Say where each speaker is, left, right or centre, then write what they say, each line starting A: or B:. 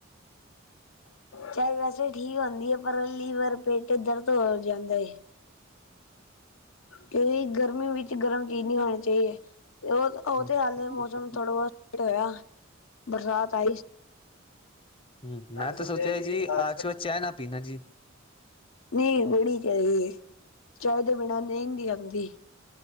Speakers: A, on the left; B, on the left.
A: ਚਾਏ ਵੈਸੇ ਠੀਕ ਹੁੰਦੀ ਹੈ ਪਰ ਲੀਵਰ ਪੇਟ ਦਰਦ ਹੋ ਜਾਂਦਾ ਏ। ਕਿਉਕਿ ਗਰਮੀ ਵਿੱਚ ਗਰਮ ਚੀਜ਼ ਨਹੀਂ ਖਾਣੀ ਚਾਹੀਦੀ ਹੈ ਉਹ
B: ਹਮ
A: ਉਹ ਤੇ ਹਾਲੇ ਮੌਸਮ ਥੋੜਾ ਬਹੁਤ ਸਟ ਹੋਇਆ ਬਰਸਾਤ ਮੈਂ
B: ਹੂੰ, ਮੈਂ
A: ਤਾਂ ਸੁਣਿਆ
B: ਸੋਚਿਆ
A: ਸੀ
B: ਜੀ
A: ਆਜ ਚ
B: ਓ ਚਾਹ ਨਾ ਪੀਣਾ ਜੀ।
A: ਨਹੀਂ ਗੜੀ ਚਾਹੀ ਚਾਹੇ ਤੋਂ ਬਿਨਾਂ ਨੀਂਦ ਨਹੀਂ ਆਉਂਦੀ